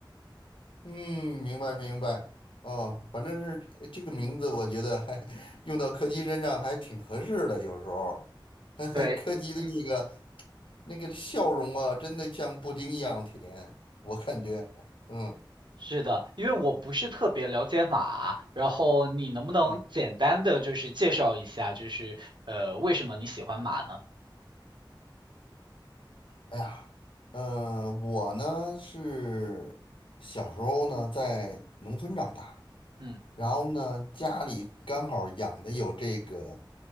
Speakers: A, on the left; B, on the right.
A: 嗯，明白明白。哦，反正是呃这个名字，我觉得还 <laughs> 用到柯基身上还挺合适的。有时候，<laughs>
B: 对，
A: 柯基的那个
B: 嗯。
A: 那个笑容啊，真的像布丁一样甜，我感觉。嗯
B: 是的，因为我不是特别了解马，然后你能不能简单的就是介绍一下，
A: 嗯
B: 就是呃，为什么你喜欢马呢？
A: 哎呀，呃，我呢是小时候呢在农村长大，
B: 嗯
A: 然后呢家里刚好养的有这个，